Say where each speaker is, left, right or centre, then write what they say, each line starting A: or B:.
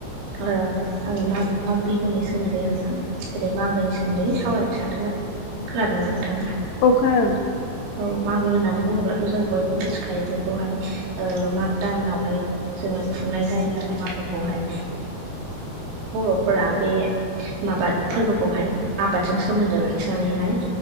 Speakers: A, on the right (about 85°); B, on the left (about 70°).
A: आङो माग माग बिहुनि सोमोन्दै आङो जेरै मागोनि सोमोन्दै सावरायनो सानदों आरो खोनादों ना नोंथाङा
B: औ खोनादों नोंथां
A: औ मागो होननानै बुङोब्लाथ' जों बयबो मिथिखायो जेखौहाय माग दाननावहाय जोङो खुंनाय जायो आरो मागोखौहाय बर'फोरा बे माबा फोरबोखौहाय आबादजों सोमोन्दो ला खिनानैहाय